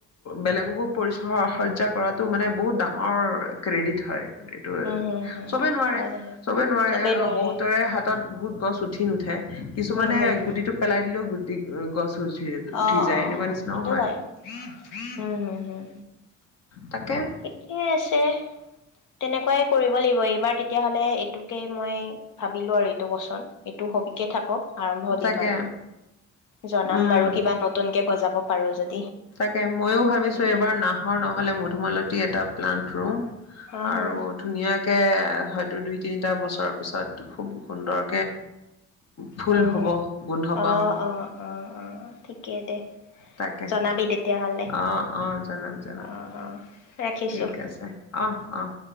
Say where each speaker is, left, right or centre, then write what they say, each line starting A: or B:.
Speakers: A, on the left; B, on the left.
A: বেলেগকো পৰিচজ্জ্বা কৰাতো মানে বহুত ডাঙৰ ক্ৰেডিট হয়। এইটো
B: হম হম
A: চবে নোৱাৰে
B: হয় হয়
A: চবে নোৱাৰে
B: চবেই নোৱাৰে
A: অ' বহুতৰে
B: উম
A: হাতত বহুত গছ উঠি সি নুথে। কিছুমানে
B: উম হম হম
A: গুটিটো পেলাই দিলেও গুটি গছ উঠি উঠি
B: অ'
A: যায়
B: অ' অ'
A: এনেকুৱা নিচিনাও
B: সেইটো হয়, উম হম হম
A: তাকে
B: থিকে আছে তে তেনেকুৱাই কৰিব লাগিব, এইবাৰ তেতিয়াহ'লে এইটোকে মই ভাবিলো আৰু, এইটো বছৰ এইটো হবিকে থাকক। আৰম্ভ দিম
A: তাকে
B: আৰু। ৰুম
A: উম
B: বাৰু, কিবা নতুন কে গজাব পাৰো <unintelligible>
A: তাকে, ময়ো ভাবিছোঁ।
B: হি হি
A: এইবাৰ
B: হি
A: নাহৰ নহ'লে মধুমালতী এটা প্লান্ত ৰুম
B: হা
A: আৰু
B: হা
A: ধুনীয়াকে হয়তো। দুই-তিনিটা বছৰৰ পিছত খুব সুন্দৰকে ফুল
B: হয়,
A: হ'ব
B: হয়।
A: গোন্ধ পাম
B: অ', অ', অ, অ, ঠিকে দে।
A: তাকে
B: জনাবি তেতিয়াহ'লে
A: অ, অ, জনাম জনাম।
B: অ অ ৰাখিছোঁ
A: ঠিক আছে। অহ্ অহ্।